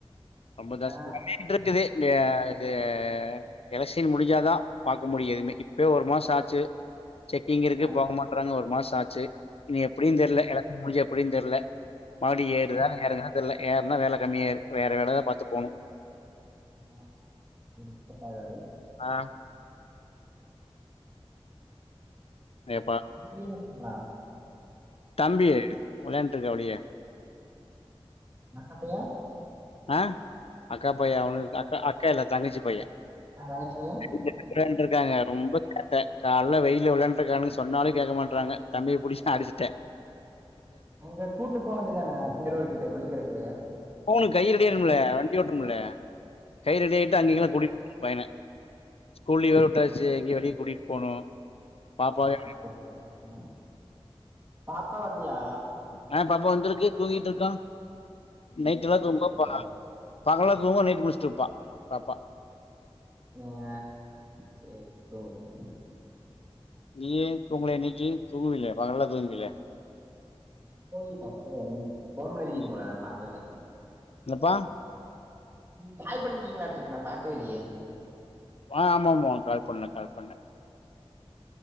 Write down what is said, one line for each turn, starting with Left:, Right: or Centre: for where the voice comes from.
Left: ரொம்ப ஜாஸ்தி
Right: ஆ
Left: <inaudible> இருக்குது இது எலக்ஷ்ன் முடிஞ்சாதா பாக்க முடியு எதுமே இப்பயே ஒரு மாசொ ஆச்சு செக்கிங் இருக்கு
Right: ஆ
Left: போ மாற்றாங்க ஒரு மாசந் தாச்சு இனி எப்டினு தெரில
Right: ஆ
Left: எலெக்ஷன் முடிஞ்ச எப்டினு தெரில மறுபடி
Right: ஓ
Left: ஏறுதா
Right: சேரி
Left: எறங்தானு
Right: சேரி
Left: தெரில ஏற என்ன வேல கம்மியாயிரு வேற வேலதா பாத்து போணு
Right: ஆஹ் செட்டாகாது
Left: ஆ ஏப்பா
Right: தம்பி என்ன வா
Left: தம்பி வெளையாண்டுருக்காப்டி வெளிய
Right: உங்க அக்கா பைய்ய
Left: ஆஹ் அக்கா பைய்ய அவனு இருக்கா அக் அக்கா அக்கா இல்ல தங்கச்சி பைய்ய
Right: ஆ தங்கச்சி பைய
Left: <unintelligible> வெளாண்டு இருக்காங்க ரொம்ப சேட்டா கால்ல வெயில விளாண்றக்கான்னுங்க சொன்னாலு கேக்க மாட்டறாங்க தம்பிய புடிச்சுட்ட அடிச்சுட்ட
Right: அங்க கூட்டு போ வேண்டியதுதான பேரூர் கிட்ட குளிக்கறதுக்கு
Left: போணு கை ரெடியாவணும்ல வண்டி ஓட்டும்ல்ல கை ரெடி ஆயிட்டு அங்கி
Right: ஆ
Left: இங்ககெல்லா கூட்டிட்டு போ <unintelligible> பைய்யன ஸ்கூல் லீவு வேற விட்டாச்சு எங்கேயு வெளிய கூட்டிட்டு போனு பாப்பாவ
Right: ஆ கூட்டுப்போங்க போங்க பாப்பா வர்லயா
Left: ஆ பாப்பா வந்துருக்கு தூங்கிட் இருக்கா நைட்டுல்லா
Right: தூங்கிட்ருக்கா
Left: தூங்க போனா பகலா தூங்வா நைட்டு முழிச்சுட்ருப்ப பாப்பா
Right: இங்க சேர் தூங்கட்டு தூங்கட்
Left: நீயே தூங்கல இன்னிக்கு தூங்குவிங்ளே பகலெல்லா தூங்குவீங்ளே
Right: <unintelligible> போன் பண்ணிர்கீங்
Left: ம்.
Right: போல நா பாக்வேல்ல
Left: என்னப்பா
Right: நீங் கால் பண்ணிருக்கீங்ளா இருக்கு நா பாக்வே இல்லியே
Left: அ அமாமா கால் பண்ன கால் பண்ன